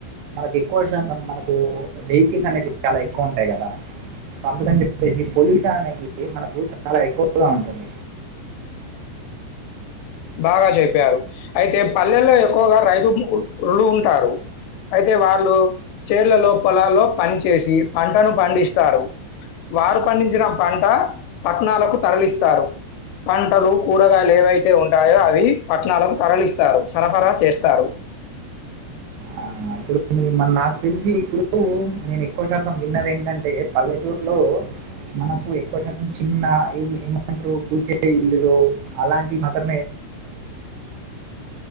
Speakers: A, on the right; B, on the left.
A: మనకు ఎక్కువ శాతం మనకు వెహికిల్స్ అనేవి చాలా ఎక్కువ ఉంటాయి కదా సో అందుకని చెప్పేసి పొల్యూషన్ అనేది మనకు చాలా ఎక్కువగా ఉంటుంది
B: బాగా చెప్పారు అయితే పల్లెల్లో ఎక్కువగా రైతులు ఉంటారు అయితే వాళ్ళు చేళ్లలో పొలాల్లో పని చేేసి పంటను పండిస్త వారు పండించిన పంట పట్నాలకు తరలిస్తారు పంటలు కూరగాయలు ఏవైతే ఉంట ఉంటాయో అవి పట్నాలకు తరలిస్తారు సరఫరా చేస్తారు
A: ఆ అప్పుడు నాకు తెలిసి ఇప్పుడు నేను ఎక్కువ శాతం విన్నది ఏంటంటే పల్లెటూరులో మనకు ఎక్కువ శాతం చిన్న ఏ ఏమంటారు గుసే ఇల్లులు అలాంటివి మాత్ర